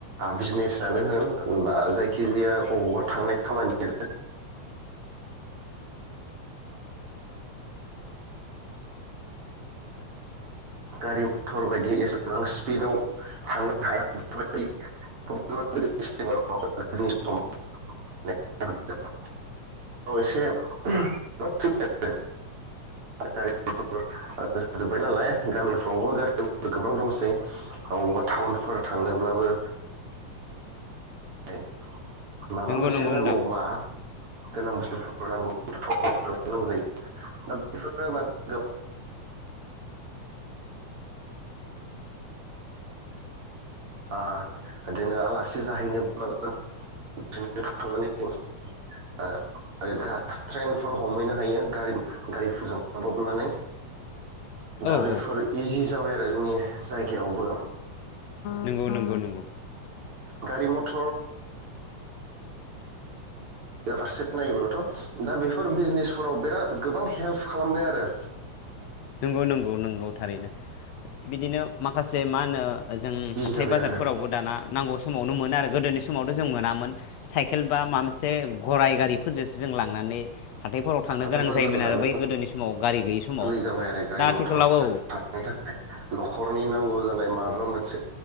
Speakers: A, on the right; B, on the left.
A: बिजनेसानो होन होनबा जायखिजाया बबावबा थांनाय खामानिया गारि मथर बायदि एसेबां पिदाव थांनो हाया एसे गारि जाजोबबाय नालाय गामिफ्रावबो गारि गोबां दंसै अबावबा टाउनफोर थांनोब्लाबो देन माबा
B: नंगौ
A: मोनसे
B: नंगौ
A: नांगौब्ला
B: नोंथां
A: गोनां बुस्थुफोरग गोबां <unintelligible> ओ बिदिनो आलासि जाहैनो <unintelligible> ट्रेनफोर हमहैनो हायो गारिफोरजों थांब्रबनानै दा
B: औ
A: बेफोर
B: औ
A: इजि जाबाय आरो जोंनि जायगायावबो
B: नंगौ नंगौ नंगौ
A: गारि म टल फारसे नायोब्लाथ' दा बेफोर बिजनेसफोराव बिराद गोबां हेल्प खालामबाय आरो
B: नंगौ नंगौ नंगौ थारैनो बिदिनो माखासे मा होनोओ जों
A: इजि
B: हाथाय
A: जाबाय
B: बाजारफोरावबो
A: आरो
B: दाना नांगौ समावनो मोनो मोन आरो गोदोनि समावथ' जों मोनामोन साइकेल बा माबा मोनसे गराय गारिफोरजोंसो जों लांनानै हाथायफोराव थांनो
A: हाथाय
B: गोनां
A: बाजार
B: जायोमोन
A: जानो
B: आरो बै गोदोनि समाव गारि गैयि समाव
A: गोरलै गारि
B: दा
A: मथर
B: आथिखालाव औ
A: थानायनि थाखाय न'खरनि नांगौ जानाय म माबा मोनसे